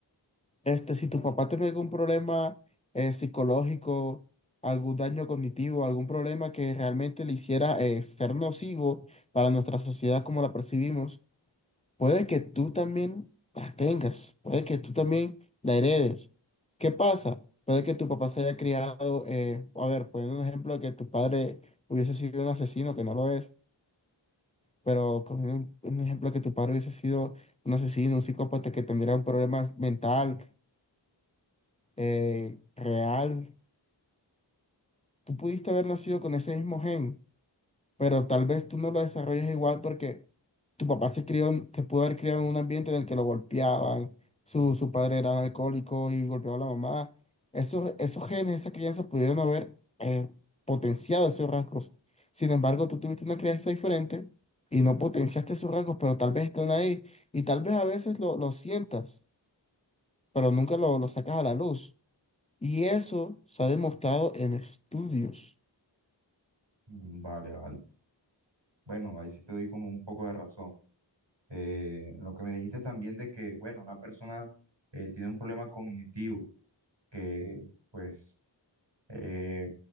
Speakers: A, on the left; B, on the right.
A: Este, si tu papá tiene algún problema eh, psicológico, algún daño cognitivo, algún problema que realmente le hiciera eh, ser nocivo para nuestra sociedad como la percibimos, puede que tú también la tengas, puede que tú también la heredes. ¿Qué pasa? Puede que tu papá se haya criado, eh, a ver, poniendo un ejemplo de que tu padre hubiese sido un asesino, que no lo es, pero cogiendo un, un ejemplo de que tu padre hubiese sido un asesino, un psicópata que tendría un problema mental eh, real. Tú pudiste haber nacido con ese mismo gen, pero tal vez tú no lo desarrolles igual porque tu papá se crió, en- se pudo haber criado en un ambiente en el que lo golpeaban, su, su padre era alcohólico y golpeaba a la mamá. Esos, esos genes, esa crianza pudieron haber eh, potenciado esos rasgos. Sin embargo, tú tuviste una crianza diferente y no potenciaste esos rasgos, pero tal vez están ahí y tal vez a veces lo, lo sientas, pero nunca lo, lo sacas a la luz. Y eso se ha demostrado en estudios.
B: Mm, Vale, vale. Bueno, ahí sí te doy como un poco de razón. Eh, lo que me dijiste también de que, bueno, una persona eh, tiene un problema cognitivo que, pues, eh,